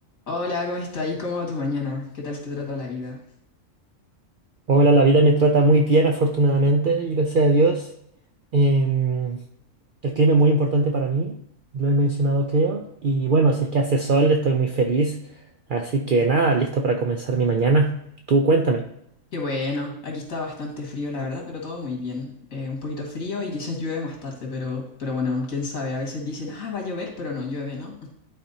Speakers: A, on the left; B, on the right.
A: Hola, ¿cómo estás? ¿Y cómo va tu mañana? ¿Qué tal te trata la vida?
B: Hola, la vida me trata muy bien, afortunadamente, y gracias a Dios. Em, el clima es muy importante para mí, lo he mencionado creo, y bueno, si es que hace sol, estoy muy feliz. Así que nada, listo para comenzar mi mañana. Tú cuéntame.
A: Qué bueno, aquí está bastante frío, la verdad, pero todo muy bien. Eh, un poquito frío y quizás llueve más tarde, pero, pero bueno, quién sabe, a veces dicen, ah, va a llover, pero no llueve, ¿no?